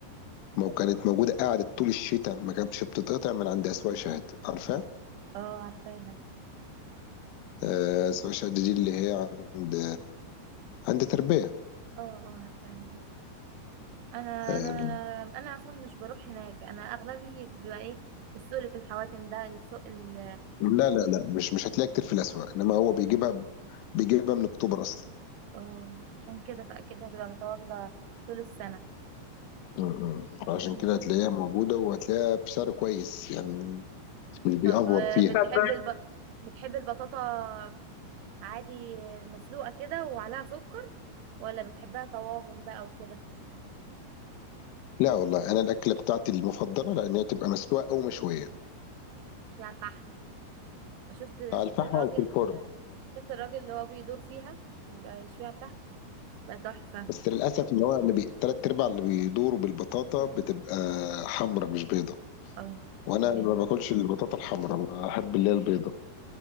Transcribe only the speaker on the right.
اه عارفاها
اه اه عارفاها دي انا
انا انا اصلا مش بروح هناك انا اغلبي بيبقى ايه السوق اللي في الحواتم ده السوق ال
اه عشان كده فاكيد هتبقى متواجده طول السنه
مم.
طب آه،
بتحب
الب... بتحب البطاطا عادي آه، مسلوقة كده وعليها سكر ولا بتحبها طواجن بقى وكده
مش على الفحم شفت
شفت
الراجل
شفت الراجل اللي هو بيدور فيها يبقى يشويها على الفحم يبقى تحفة
اه
بي-